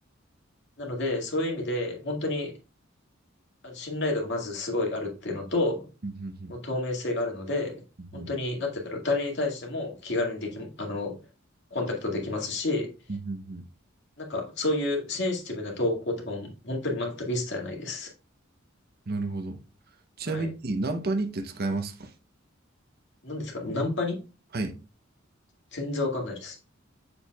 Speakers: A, on the left (about 60°); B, on the right (about 50°).
A: なので、そういう意味で、本当にあの信頼度がまずすごいあるっていうのと、
B: うんうんうん
A: もう透明性があるので、
B: うん
A: 本当に、なんて言うんだろう、誰に対しても気軽にでき、あの、コンタクトできますし、
B: うんうんうん
A: なんか、そういうセンシティブな投稿とかも本当に全く一切ないです。
B: なるほど。ちなみに、
A: はい。
B: ナンパにって使えますか
A: 何ですかナンパに
B: はい。
A: 全然わかんないです。